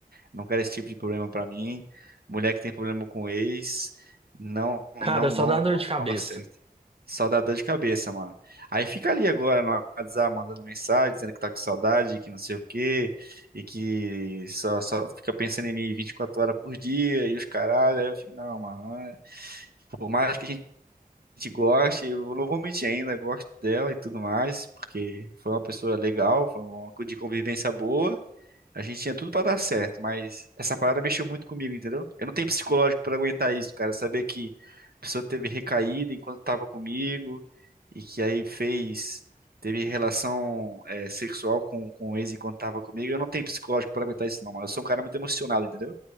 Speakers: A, on the right; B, on the right.
A: Não quero esse tipo de problema pra mim. Mulher que tem problema com ex, não, não,
B: Cara,
A: não,
B: só dá dor
A: não,
B: de cabeça.
A: não dá certo. Só dá dor de cabeça, mano. Aí fica ali agora no WhatsApp mandando mensagem, dizendo que tá com saudade, que não sei o quê, e que só, só fica pensando em mim 24 horas por dia e os caralho. Aí eu fico, não, mano. é- Por mais que a gente goste, eu não vou mentir ainda, gosto dela e tudo mais, porque foi uma pessoa legal, foi uma co- de convivência boa. A gente tinha tudo pra dar certo, mas essa parada mexeu muito comigo, entendeu? Eu não tenho psicológico pra aguentar isso, cara. Saber que a pessoa teve recaída enquanto tava comigo e que aí fez, teve relação é, sexual com, com o ex enquanto tava comigo. Eu não tenho psicológico pra aguentar isso, não, mano. Eu sou um cara muito emocionado, entendeu?